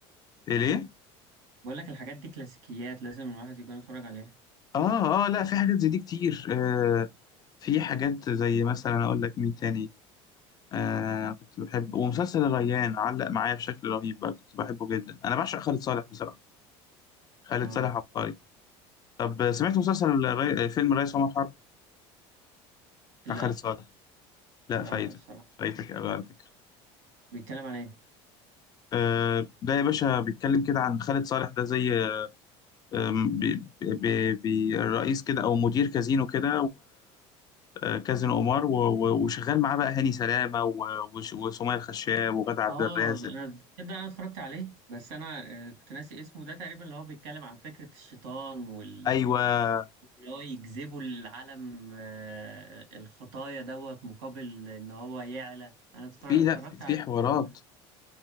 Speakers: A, on the left (about 30°); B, on the right (about 85°).
A: إيه ليه
B: بقول لك الحاجات دي كلاسيكيات لازم الواحد يكون يتفرج عليها
A: اه اه لا في حاجات زي دي كتير آه في حاجات زي مثلا اقول لك مين تاني آه كنت بحب ومسلسل الريان علق معايا بشكل رهيب بقى كنت بحبه جدا انا بعشق خالد صالح بصراحة خالد
B: اه
A: صالح عبقري طب سمعت مسلسل الري... فيلم الريس عمر حرب بتاع
B: لا
A: خالد صالح لا
B: لا
A: فايتك
B: لا الصراحه
A: فايتك قوي على فكرة
B: بيتكلم عن ايه
A: آه ده يا باشا بيتكلم كده عن خالد صالح ده زي آم، بي... بي... بي... رئيس كده او مدير كازينو كده آه، كاظم قمار و- و- وشغال معاه بقى هاني سلامه و- وش- وسمية الخشاب وغادة عبد
B: اه
A: الرازق
B: انا تصدق انا اتفرجت عليه بس انا آه، كنت ناسي اسمه ده تقريبا اللي هو بيتكلم عن فكرة الشيطان وال
A: ايوه
B: اللي هو يجذبوا العالم آه، الخطايا دوت مقابل ان هو يعلى انا اتفر-
A: في
B: اتفرجت
A: لا في في
B: على
A: حوارات
B: الفيلم ده